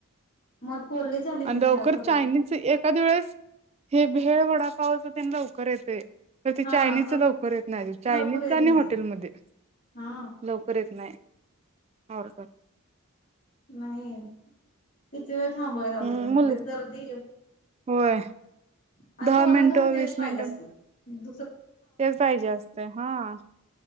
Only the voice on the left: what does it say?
मग पोरगी झाली नाही
खरेदी
हा
कर
लवकर येत
नाही
हा
नाही वेळ थांबयला लावत्यात,
आणि
त्यात गर्दी
आणि
पोरासनी
पण तेच
पाहिजे
असतय. दुस